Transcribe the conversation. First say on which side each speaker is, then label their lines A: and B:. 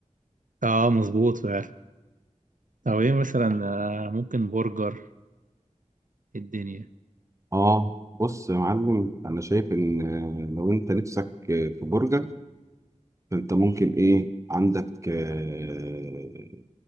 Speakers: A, on the right; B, on the right.
A: اه مظبوط فعلا او ايه مثلا آه، ممكن برجر إيه الدنيا
B: اه بص يا معلم انا شايف ان آه، لو انت نفسك آه، في برجر فانت ممكن ايه عندك آه،